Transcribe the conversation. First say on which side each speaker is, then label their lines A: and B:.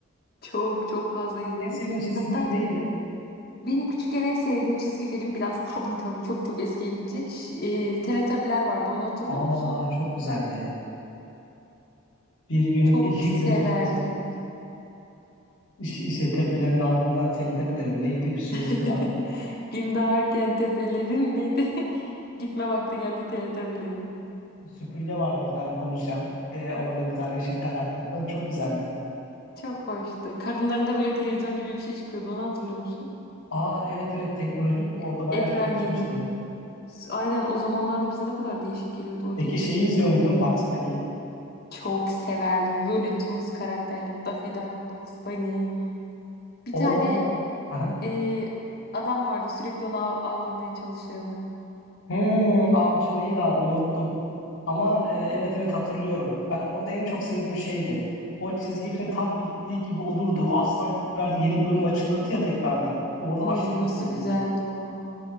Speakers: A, on the left (about 45°); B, on the left (about 65°).
A: çok çok fazla izledim.
B: en sevdiğin çizgi
A: Hatta
B: film neydi
A: Benim küçükken en sevdiğim çizgi film biraz tabii tabii çok çok eskiye gidecek. Ş- E, Teletabiler vardı onu hatırlıyor
B: aa
A: musun?
B: çok güzeldi bir gün
A: Çok
B: iki
A: severdim.
B: güneş doğar şey, şey tepelerin ağzından teletepeleri mi neydi bir sözleri
A: <laughs>
B: vardı
A: Gündoğar Kentepe'lerin neydi? <laughs> Gitme vakti geldi Teletabilerin.
B: süpürge vardı bir tane konuşan Ee, orada bir tane şey karakter falan çok güzeldi
A: Çok hoştu. Karınlarında böyle televizyon gibi bir şey çıkıyordu onu hatırlıyor musun?
B: aa evet evet teknoloji orada
A: E-
B: bayağı
A: Ekran
B: bir gelişmişti
A: gibi. S- Aynen o zamanlarda bize ne kadar değişik geliyordu o
B: Peki
A: değil mi?
B: şeyi izliyor muydun Bugs Bunny'yi?
A: Çok severdim. Looney Tunes karakterleri, Daffy Duck, Bugs Bunny. Bir
B: Orada
A: tane
B: Aha.
A: Ee, adam vardı sürekli onu av- avlamaya çalışırdı.
B: Hmm, avcı neydi adı unuttum. Ama e, evet evet hatırlıyorum. Ben orada en çok sevdiğim şeydi. O çizgi film tam bittiği gibi olurdu. Aslan kükrerdi yeni bölüm açılırdı ya tekrardan. Orada
A: Ay
B: aşırı mutlu
A: nasıl
B: olurdum.
A: güzeldi o.